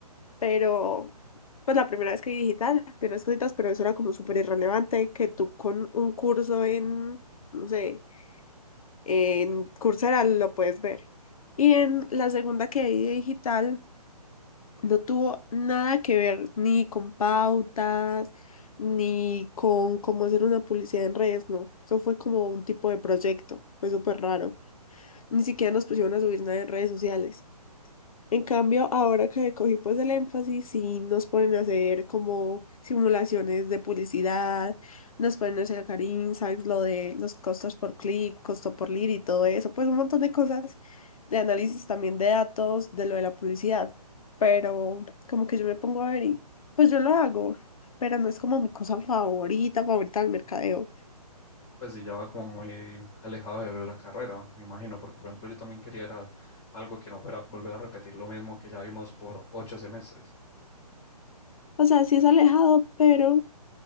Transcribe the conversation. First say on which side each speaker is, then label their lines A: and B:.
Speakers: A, on the left; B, on the left.
A: pero pues la primera vez que vi digital vi unas cositas, pero eso era como súper irrelevante, que tú con un curso en, no sé, en Coursera lo puedes ver. Y en la segunda que vi de digital no tuvo nada que ver ni con pautas, ni con cómo hacer una publicidad en redes, no. Eso fue como un tipo de proyecto, fue súper raro. Ni siquiera nos pusieron a subir nada en redes sociales. En cambio, ahora que cogí pues el énfasis, sí nos ponen a hacer como simulaciones de publicidad, nos ponen a sacar insights, lo de los costos por clic, costo por lead y todo eso, pues un montón de cosas de análisis también de datos, de lo de la publicidad. Pero como que yo me pongo a ver y pues yo lo hago, pero no es como mi cosa favorita, favorita del mercadeo.
B: Pues sí, ya va como muy alejado de la carrera, me imagino, porque por ejemplo yo también quería era algo que no fuera volver a repetir lo mismo que ya vimos por ocho semestres.
A: O sea, sí es alejado, pero